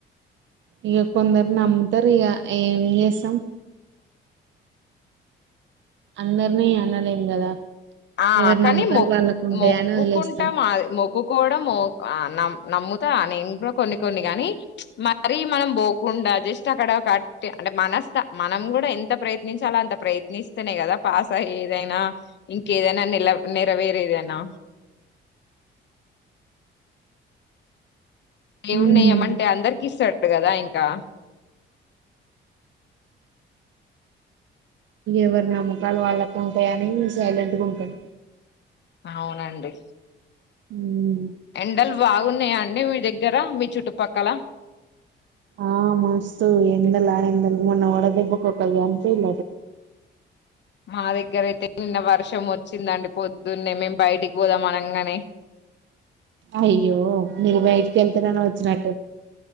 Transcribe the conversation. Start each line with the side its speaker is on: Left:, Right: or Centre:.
Right: ఇయ కొందరు నమ్ముతారు ఇగ ఏం చేస్తాం అందర్ని అనలేం కదా
Left: ఆ
Right: ఎవరి
Left: కానీ
Right: నమ్మకాలు
Left: మొ
Right: వాళ్ళకు ఉంటాయని
Left: మొక్కుకుంటాం
Right: వదిలేస్తాం
Left: మొక్కుకోవడం ఆ నమ్ నమ్ముతా నేను కూడ ఇంట్లో కొన్ని కొన్ని గాని మరి మనం పోకుండా జస్ట్ అక్కడ కట్టి అంటే మనస్త మనం కూడా ఎంత ప్రయత్నించాలో అంత ప్రయత్నిస్తేనే కదా పాస్ అయ్యేదైనా ఇంకేదైనా నెల నెరవేరేదేనా ఏ ఉన్నాయ
Right: ఉమ్
Left: ఏమంటే అందరికిీ ఇస్తాడు కదా ఇంకా
Right: ఎవరి నమ్మకాలు వాళ్ళకు ఉంటాయని నే సైలెంట్ గా ఉంటాను
Left: అవునండి
Right: ఉ
Left: ఎండలు బాగున్నాయా అండి మీ దగ్గర మీ చుట్టుపక్కల
Right: ఆ మస్తు ఎండలా ఎండ మొన్న ఒడదెబ్బకు క్యాం చేయ
Left: మా దగ్గర అయితే నిన్న వర్షం వచ్చిందండి పొద్దున్నే మేం బయటికి పోదాం అనంగానే
Right: అయ్యో మీరు బయటికి వెళ్తరను వచ్చినా